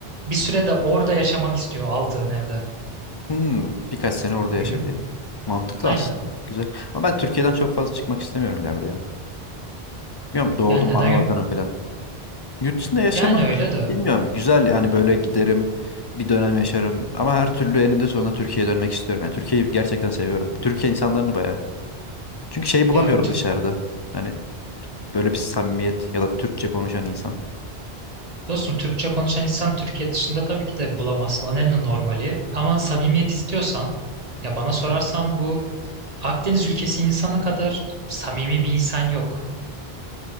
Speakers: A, on the right; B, on the left.
A: bir süre de orada yaşamanı istiyor aldığın evde.
B: Hmm, birkaç sene orada yaşa
A: Hı hı,
B: diye. Mantıklı
A: aynen.
B: aslında. Güzel. Ama ben Türkiye'den çok fazla çıkmak istemiyorum ileride ya. Bilmiyorum doğdum
A: Yani neden
B: ana vatanım falan. Yurt dışında yaşamak
A: Yani öyle de
B: bilmiyorum. Güzel yani böyle giderim bir dönem yaşarım. Ama her türlü eninde sonunda Türkiye'ye dönmek istiyorum. Yani Türkiye'yi gerçekten seviyorum. Türkiye insanlarını bayağı. Çünkü şey bulamıyorum
A: ya Tür-
B: dışarıda. Hani böyle bir samimiyet ya da Türkçe konuşan insan.
A: dostum Türkçe konuşan insan Türkiye dışında tabii ki de bulamazsın. O en normali. Ama samimiyet istiyorsan ya bana sorarsan bu Akdeniz ülkesi insanı kadar samimi bir insan yok.